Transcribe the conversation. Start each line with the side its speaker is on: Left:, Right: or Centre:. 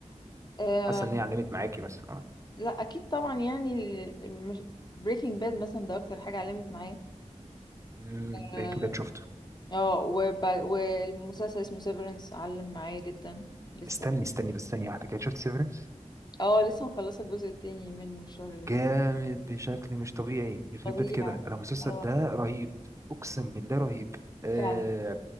Left: آه
Right: حاسه ان هي علمت معاكي مثلا اه
Left: لا اكيد طبعا يعني ال- مش بريكنج باد مثلا ده اكتر حاجة علمت معايا
Right: امم بريكنج
Left: اه
Right: باد شفته
Left: آه، وب- والمسلسل اسمه سيفرنس علم معايا جدا لسه
Right: استني استني بس ثانيه واحده كده شفت سيفرنس
Left: اه لسه مخلصة الجزء التاني منه الشهر اللي فات
Right: جامد بشكل مش طبيعي يخرب
Left: فظيع
Right: بيت كده انا المسلسل
Left: اه
Right: ده رهيب اقسم بالله رهيب آه،
Left: فعلا